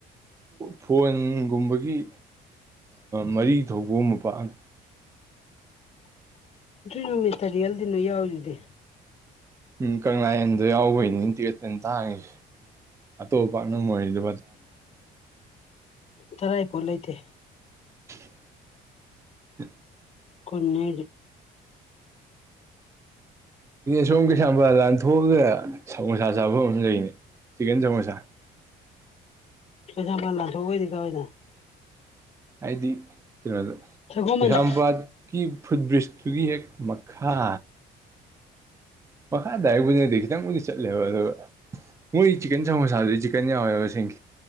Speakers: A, on the right; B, on the left.
A: ꯐꯣꯟꯒꯨꯝꯕꯒꯤ ꯃꯔꯤ ꯊꯧꯕ ꯑꯃ ꯄꯥꯛꯑꯅꯤ
B: ꯆꯏ ꯅꯨꯃꯤꯁꯇꯔꯤꯜꯗꯤ ꯅꯣ ꯌꯥꯎꯔꯤꯗꯤ
A: ꯎꯝ ꯀꯪꯂꯥꯟꯗꯣ ꯌꯥꯎꯕꯩꯅꯤ ꯇꯤꯀꯦꯠꯇ ꯇꯥꯡꯉꯁꯦ ꯑꯇꯣꯞꯄꯥꯛꯅꯝ ꯑꯣꯏꯔꯤꯗꯨ
B: ꯇꯔꯥꯥꯏ ꯐꯣꯠ ꯂꯩꯇꯦ
A: <inaudible>
B: ꯀꯟꯅꯔ
A: ꯁꯝꯒꯤ ꯁꯝꯕꯂ ꯊꯣꯛꯑꯒ ꯁꯃꯣꯁꯥ ꯆꯥꯐꯝ ꯑꯃ ꯂꯩꯅꯤ ꯆꯤꯛꯀꯟ ꯁꯃꯣꯁꯥ
B: ꯄꯩꯁꯥꯄ ꯂ ꯊ ꯑꯣꯏꯣꯏꯗꯤ ꯀꯣꯏꯅ
A: ꯍꯥꯏꯗꯤ ꯀꯩꯅꯣꯗ
B: ꯁꯒꯣꯜꯕꯟꯗ
A: ꯂꯩꯩꯁꯥꯝꯄꯥꯠꯀꯤ ꯐꯨꯠ ꯕ꯭ꯔꯤꯖꯇꯨꯒꯤ ꯍꯦꯛ ꯃꯈꯥ ꯃꯈꯥ ꯇ ꯍꯥꯏꯕꯨꯗꯤꯗꯤ ꯈꯤꯇꯪꯕꯨꯗꯤ ꯆꯠꯂꯦꯕ ꯑꯗꯨꯒ ꯃꯣꯏ ꯆꯤꯛꯀꯟ ꯁꯃꯣꯁꯥꯗꯨ ꯆꯤꯛꯀꯟ ꯋꯕꯁꯤꯡ